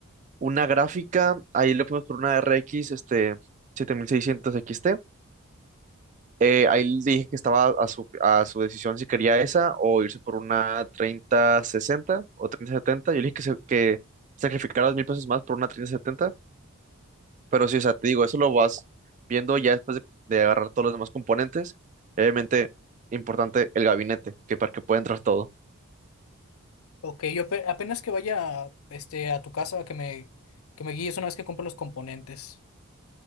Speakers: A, on the right; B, on the left.
A: una gráfica, ahí le fuimos por una RX, este, 7600 XT eh, ahí le dije que estaba a su, a su decisión si quería esa o irse por una treinta sesenta o treinta setenta Yo le dije que, se- que sacrificara dos mil pesos más por una treinta setenta Pero sí, o sea, te digo, eso lo vas viendo ya después de, de agarrar todos los demás componentes. Obviamente, importante el gabinete, que para que pueda entrar todo.
B: Ok, yo ape- apenas que vaya, este, a tu casa que me, que me guíes una vez que compre los componentes.